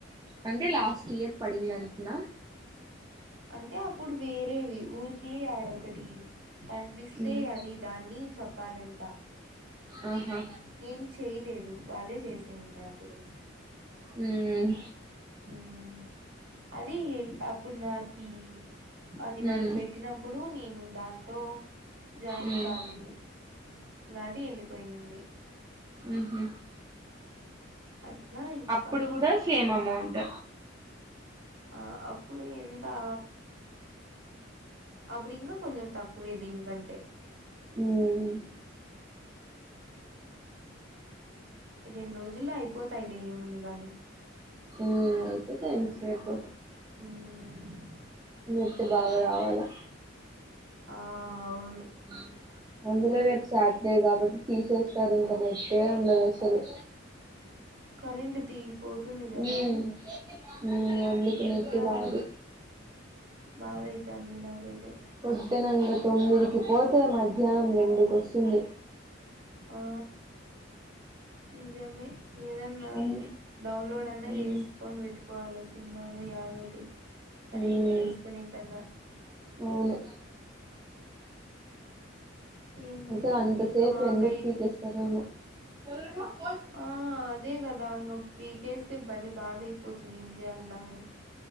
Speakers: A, on the right (about 20°); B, on the right (about 60°).
A: అంటే లాస్ట్ ఇయర్ పడిందంటనా
B: అంటే అప్పుడు వేరేవి ఊరికే ఆడొ ఒకటి కనిపిస్తే
A: ఉమ్
B: అది దాన్ని చెప్పాలంట
A: ఆహా
B: నేన్ చేయలేదు వాళ్ళే చేస్ తనింటప్పుడు
A: ఉమ్
B: ఉమ్ అది అప్పుడు నాకి అది
A: ఉమ్
B: వాళ్ళు పెట్టినప్పుడు నే ను దాంట్లో జాయిన్
A: ఉమ్
B: కాలేదు గాది వెల్లిపోయిన్నింది
A: ఊహు
B: అట్లా ఇంకా
A: ఇప్పుడు కూడా సేమ్ అమౌంట్
B: ఆ అప్పుడు ఎంతా అప్పుడింగ కొంచెం తక్కు తక్కువే దీనికంటే
A: ఉమ్
B: రెండు రోజుల్లో అయిపోతాయిలే ఏముంది గాని
A: ఉమ్ అయిపోతాయ్ ఎంత సేపు
B: ఉమ్
A: నెట్ బాగా రావాలా
B: ఆ అవును
A: ఆ అందులో రేపు సాటర్డే కాబట్టి తీసేస్తారు ఇంకా నెట్టే ఉండదు అసలు
B: కరెంట్ తీ పోదు వస్తుంది కదా
A: ఉమ్ ఉమ్ అందుకు
B: ఏం
A: నెట్టు
B: చేయాలో
A: రాదు
B: బాధయి తాంది నాకైతే
A: పొద్దునంగా తొమ్మిదికి పోతే మధ్యాహ్నం రెండుకి వస్తుంది
B: ఆ నిజమే ఏదన్నా
A: ఉమ్
B: డౌన్లోడ్ అన్నా
A: ఉమ్
B: చేసుకోని పెట్టుకో కోవాల సినిమానో యాదోటి కనీసం
A: ఉమ్
B: చూసుకునే కన్నా
A: అవును
B: ఏముంది
A: అసలు అంత
B: ఇంక
A: సేపు
B: మాకై
A: ఎందుకు పీకేస్తారేమో
B: ఆ
A: చ
B: ఆ అదే కదా ఇంగా పీకే సే భలే బాధ అయిపోతుంది ఏం జేయాల్లా కానీ